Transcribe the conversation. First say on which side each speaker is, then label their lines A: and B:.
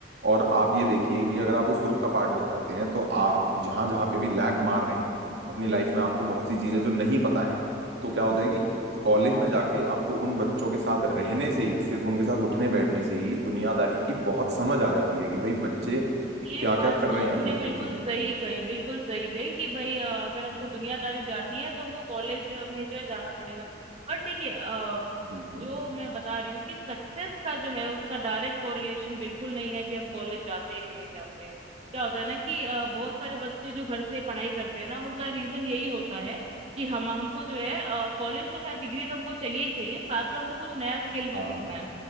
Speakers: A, on the right; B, on the right.
A: और आप ये
B: हाँ
A: देखिए
B: हाँ
A: कि अगर आप उस ग्रुप का पार्ट बन जाते हैं तो आप जहां जहां पे भी लैग मार रहे हैं अपनी लाइफ में आपको बहुत सी चीजें जो नहीं पता है तो क्या होता है कि कॉलेज में जाके आपको उन बच्चों के साथ रहने से ही सिर्फ उनके साथ उठने बैठने से ही दुनियादारी की बहुत समझ आ जाती है कि भाई बच्चे
B: ये
A: क्या
B: बात
A: क्या कर
B: तो
A: रहे
B: तुमने
A: हैं अपनी लाइफ
B: बिल्कुल
A: में
B: सही कही बिल्कुल सही कही कि भाई अ, अगर हमको
A: हम्म,
B: दुनियादारी जाननी है तो हमको कॉलेज में जो है जाना पड़ेगा बट देखिए अ,
A: बिल्कुल
B: जो मैं बता रही हूँ कि सक्सेस का जो है उसका डायरेक्ट कोरिलेशन बिल्कुल नहीं है कि हम कॉलेज जाते हैं कि नहीं जाते हैं क्या होता है ना कि अ, बहुत सारे बच्चे जो घर से पढ़ाई करते हैं ना उनका रीजन यही होता है कि हम हमको जो है कॉलेज तो खैर डिग्री तो हमको चाहिए ही चाहिए साथ में हमको कुछ नया स्किल भी
A: हाँ
B: सीखना है